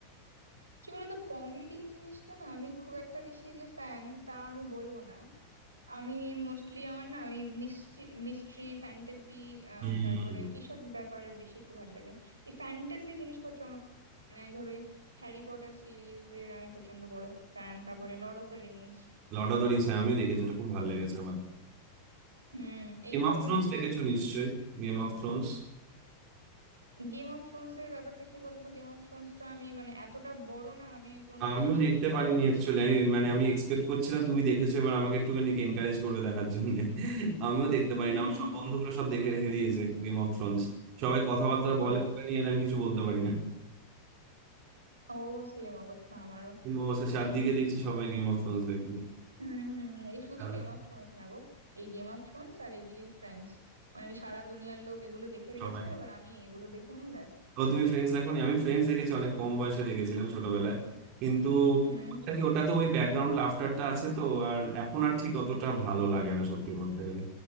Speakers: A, on the right; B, on the right.
A: কি বলতো কমেডি জিনিসটা না আমি খুব একটা বেশি যে ফ্যান তা আমি বলবো না আমি মোস্টলি আমার না ওই মিস্ট্রি মিস্ট্রি ফ্যান্টাসি
B: হুম
A: তারপরে এইসব ব্যাপারে বেশি একটু ভালো লাগে এই ফ্যান্টাসি জিনিসপত্র আমার মানে ধরো ওই হ্যারি পটার সিরিজের আমি প্রচন্ড বড় ফ্যান তারপরে লর্ড অফ দ্য রিংস
B: লর্ড অফ দ্য রিংস আমিও দেখেছি ওটা খুব ভালো লেগেছে আমার
A: হুম এইসব
B: গেম অফ থ্রোনস
A: আমার খুব
B: দেখেছো
A: ভালো লাগে
B: নিশ্চয়ই গেম অফ থ্রোনস
A: গেম অফ থ্রোনস এর ব্যাপারটা কি বলতো গেম অফ থ্রোনসটা আমি মানে এতটা বড় না আমি কোনোদিন
B: আমিও
A: শেষ
B: দেখতে
A: করতে পারিনি
B: পারিনি অ্যাকচুয়ালি আমি মানে আমি এক্সপেক্ট করছিলাম তুমি দেখেছো এবার আমাকে একটুখানি এনকারেজ করবে দেখার জন্য আমিও দেখতে পারিনি
A: হুম।
B: আমার সব বন্ধুগুলো সব দেখে রেখে দিয়েছে গেম অফ থ্রোনস সবাই কথাবার্তা বলে
A: আর
B: ওটা নিয়ে আর আমি কিছু বলতে পারি না
A: ও সেম অবস্থা আমারও
B: এরকম অবস্থা চারদিকে দেখছি সবাই গেম অফ থ্রোনস দেখে
A: হম হম এই শুধু
B: হ্যাঁ,
A: গেম অফ থ্রোনস না গো এই গেম অফ থ্রোনস আর এইদিকে ফ্রেন্ডস মানে সারা দুনিয়ার লোক এগুলো দেখে রেখেছে
B: সবাই
A: এবার আমি এগুলো দেখিনি ব্যাস
B: ও তুমি ফ্রেন্ডস দেখোনি আমি ফ্রেন্ডস দেখেছি অনেক কম বয়সে দেখেছিলাম ছোটবেলায় কিন্তু
A: হুম
B: ওটা কি- ওটাতে ওই ব্যাকগ্রাউন্ড লাফটারটা আছে তো আর এখন আর ঠিক অতটা ভালো লাগে না সত্যি বলতে গেলে